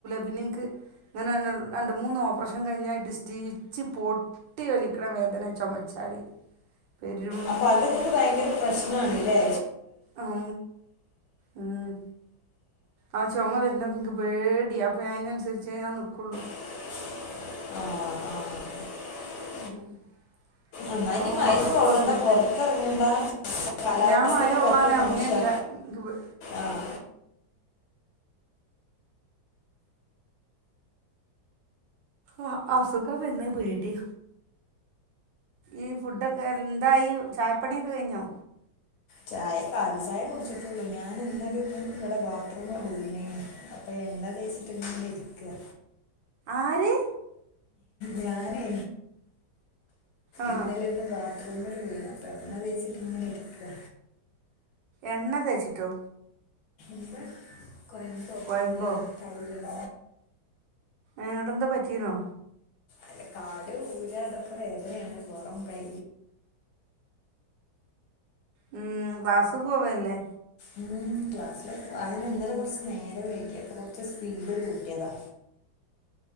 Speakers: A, on the right; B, on the left.
A: പിന്നെ എനിക്ക് ഇങ്ങനെ രണ്ട് മൂന്ന് ഓപ്പറേഷൻ കഴിഞ്ഞായിട്ട് സ്റ്റിച്ച് പോട്ട കുത്തി വലിക്കണ വേദനെ ചൊമച്ചാല് പെരും
B: അപ്പൊ അതത് ഭയങ്കര പ്രശ്നാണല്ലേ
A: അം ഉം ആഹ് ചുമ വരുന്നൊക്കെ എനിക്ക് പേടിയി അപ്പോം അതിനനുസരിച്ചേ ഞാൻ നിൽക്കുള്ളൂ
B: <unintelligible> <inaudible> <inaudible>
A: <inaudible>
B: അമ്മനി
A: അപ്പോൾ
B: മയന്ന്
A: മക്കൾക്കും
B: കൊള്ളണ്ടപ്പൊ
A: ഹസ്ബൻഡിനും
B: പൊറത്തെ ഇറങ്ങണ്ടാ കാലാവസ്ഥയൊക്കെ
A: ഞാൻ മഴ കൊള്ളാൻ
B: പറ്റ
A: ഇറങ്ങേല്ല
B: മനുഷ്യാ
A: എനിക്ക് പേ
B: ആഹ്
A: ആഹ് അസുഖം പിന്നെ പോയിട്ടി ഈ ഫുഡൊക്കെ എന്തായി ഈ ചായപ്പണിയൊക്കെ കഴിഞ്ഞോ
B: ചായ കാലി ചായ കുടിച്ചിട്ടുള്ളൂ ഞാൻ എന്തും ഇവിടെ ബാത്റൂമ് അപ്പൊ എണ്ണ തേച്ചിട്ടുങ്കിലും ഇരിക്കുക
A: ആര്
B: ഞാനേ
A: ആഹ്
B: ഇന്നലെ ഇന്ന് അത്ര ഉമ്മണവ്യും അപ്പോൾ എങ്ങണെ വേച്ചിട്ട്ങ്ങനെ ഇരിക്കുക
A: എണ്ണ തേച്ചിട്ടോ
B: ന്ത കൊയമ്പോ
A: കൊയമ്പോ
B: തൈലോ തൈലം
A: ഇങ്ങട്ട് എന്താ പറ്റിന്നോ
B: അല്ല കാട് ഊര അതൊക്കെ വേദനയാണ് പുറം കൈ
A: ഉം ക്ലാസ് പോവല്ലേ
B: ഉം ക്ലാസ്സില അന്നാലെ കുറച്ച് നേരം വഴിക്കപ്പ കുറച്ച് സ്പീഡ് കൂട്ടിയതാ